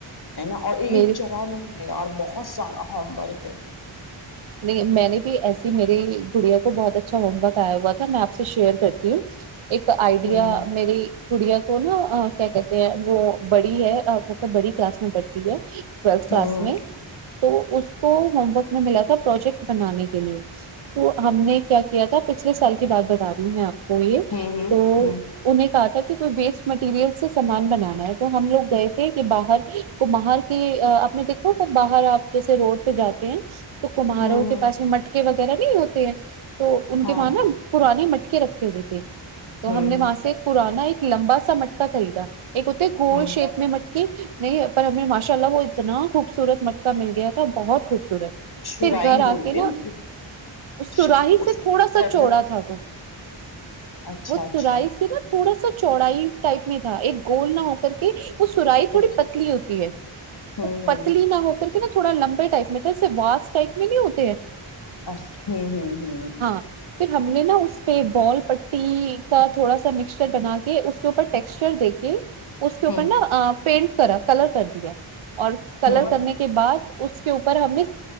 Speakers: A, on the left; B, on the right.
A: ہے نا اور یہ
B: میرے
A: چرا نہیں اور بہت بہت سارا ہوم ورک ہے
B: نہیں میں نے بھی ایسی میری کڑیا کو بہت اچھا ہوم ورک آیا ہوا تھا میں آپ سے شیئر کرتی ہوں ایک آئیڈیا
A: ہوں
B: میری کڑیا وہ نا کیا کہتے ہیں وہ بڑی ہے سب بڑی کلاس میں پڑھتی ہے ٹویلھ کلاس
A: ہوں
B: میں تو اس کو ہوم ورک میں ملا تھا پروجیکٹ بنانے کے لیے تو ہم نے کیا کیا تھا پچھلے سال کی بات بتا رہی ہوں میں آپ کو یہ
A: ہوں ہوں
B: تو
A: ہوں
B: انہیں کہ تاکہ کوئی ویسٹ مٹیریل سے سامان بنانا ہے تو ہم لوگ گئے تھے کہ باہر کو باہر کے اپ نے دیکھو تو باہر آپ جیسے روڈ پہ جاتے ہیں تو کماروں
A: ہوں
B: کے
A: ہوں
B: پاس میں مٹکے وغیرہ وغیرہ نہیں ہوتے ہیں تو ان
A: ہاں
B: کے وہاں نا
A: ہاں
B: پرانے مٹکے رکھے ہوئے تھے تو
A: ہوں
B: ہم نے وہاں
A: ہوں
B: سے پرانا ایک لمبا سا مٹکا پتا کرریدا ایک ہوتے گھول
A: ہوں
B: شیپ میں مٹکی نہیں پر ہم نے ماش چلا وہ اتنا خوبصورت مٹکا مل گیا تھا بہت خوب
A: شرائیں
B: پھر گھر
A: بولتے
B: آ کے نا
A: ہیں اس کی، ش-
B: سراہی سے
A: اس کی
B: تھوڑا سا
A: گردن
B: چوڑا تھا وہ
A: اچھا
B: وہ
A: اچھا
B: سرائی سے نا تھوڑا سا چوڑائی ٹائپ میں ہ ایک گول نہ ہو کر کے وہ سرائی تھوڑی
A: اوکے
B: پتلی ہوتی ہے
A: ہوں
B: وہ
A: ہوں
B: پتلی نہ ہو کر کے نا تھوڑا لمبے ٹائپ میں تھا اسے واس ٹائپ میں نہیں ہوتے ہیں
A: اچ ہوں ہوں ہ
B: ہاں پھر ہم نے نا اس پہ بال پٹی کا تھوڑا سا مکسچر بنا کے اس کے اوپر ٹیکسچر دے کے اس کے اوپر
A: ہوں
B: نا پینٹ کرا کلر کر دیا اور کلر
A: ہوں
B: کرنے کے بعد اس کے اوپر ہم نے